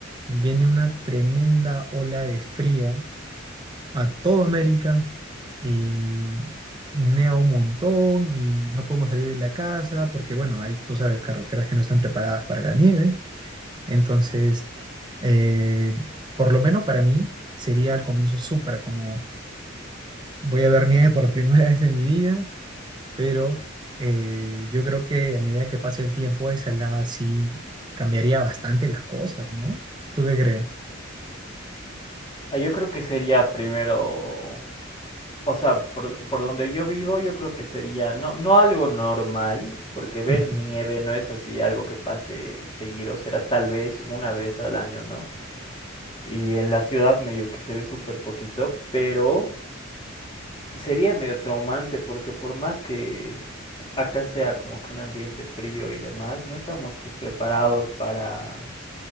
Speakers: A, on the right (about 20°); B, on the left (about 25°).
A: viene una tremenda ola de frío a toda América y neva un montón y no podemos salir de la casa porque, bueno, hay, tú sabes, carreteras que no están preparadas para la nieve entonces, eh, por lo menos para mí sería al comienzo súper como voy a ver nieve por primera <laughs> vez en mi vida, pero eh, yo creo que a medida que pase el tiempo, esa helada sí cambiaría bastante las cosas, ¿no? ¿Tú qué crees?
B: Ah, Yo creo que sería primero, o sea, por, por donde yo vivo, yo creo que sería no, no algo normal, porque ver
A: Ujú,
B: nieve no es así algo que pase seguido, será tal vez una vez al año, ¿no? Y en la ciudad medio que se ve súper poquito, pero sería medio traumante porque por más que acá sea como que un ambiente frío y demás, no estamos pues preparados para